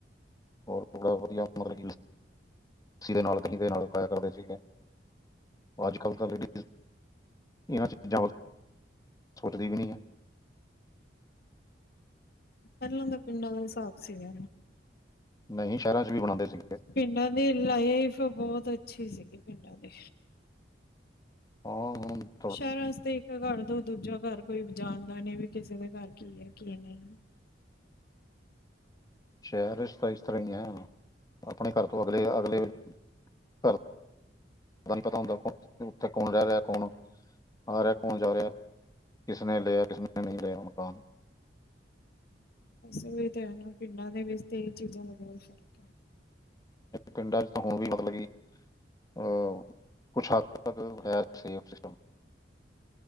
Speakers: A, on the left; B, on the left.
A: ਹੋਰ ਥੋੜਾ ਵਧੀਆ ਮਤਲਬ ਜ ਲੱਸੀ ਦੇ ਨਾਲ ਦਹੀਂ ਦੇ ਨਾਲ ਖਾਇਆ ਕਰਦੇ ਸੀਗੇ ਅੱਜ ਕੱਲ੍ਹ ਤਾਂ ਲੇਡੀਜ਼ ਇਹਨਾਂ ਚੀਜ਼ਾਂ ਸੋਚਦੀ ਵੀ ਨਹੀਂ ਹੈ।
B: ਪਹਿਲਾਂ ਤਾਂ ਪਿੰਡਾਂ ਦਾ ਹਿਸਾਬ ਸੀਗਾ
A: ਨਹੀਂ ਸ਼ਹਿਰਾਂ ਚ ਵੀ ਬਣਾਉਂਦੇ ਸੀ
B: ਪਿੰਡਾਂ ਦੀ ਲਾਈਫ ਬਹੁਤ ਅੱਛੀ ਸੀਗੀ ਪਿੰਡਾਂ ਦੀ
A: ਹਾਂ। ਹਣ, <unintelligible>
B: ਸ਼ਹਿਰਾਂ ਵਾਸਤੇ ਇੱਕ ਘਰ ਤੋਂ ਦੂਜਾ ਘਰ ਕੋਈ ਜਾਣਦਾ ਨਹੀਂ ਵੀ ਕਿਸੇ ਦੇ ਘਰ ਕੀ ਹੈ ਕੀ ਨਹੀਂ।
A: ਸ਼ਹਿਰ ਤਾਂ ਇਸ ਤਰ੍ਹਾਂ ਹੀ ਹੈ ਆਪਣੇ ਘਰ ਤੋਂ ਅਗਲੇ ਅਗਲੇ ਘਰ ਤੁਹਾਨੂੰ ਪਤਾ ਹੁੰਦਾ ਉੱਥੇ ਕੌਣ ਰਹਿ ਰਿਹਾ ਕੌਣ ਆ ਰਿਹਾ ਕੌਣ ਜਾ ਰਿਹਾ ਕਿਸਨੇ ਲਿਆ ਕਿਸਨੇ ਨਹੀਂ ਲਿਆ ਮਕਾਨ
B: ਬਸ ਵੀ ਤਾਂ ਹੈ ਨਾ ਪਿੰਡਾਂ ਦੇ ਵਿੱਚ ਤੇ ਇਹ ਚੀਜ਼ਾਂ ਦਾ ਬਹੁਤ ਫਰਕ
A: ਪਿੰਡਾਂ ਚ ਤਾਂ ਹੁਣ ਵੀ ਮਤਲਬ ਕੀ ਅਹ ਕੁਛ ਹੱਦ ਤੱਕ ਹੈ ਸੇਫ ਸਿਸਟਮ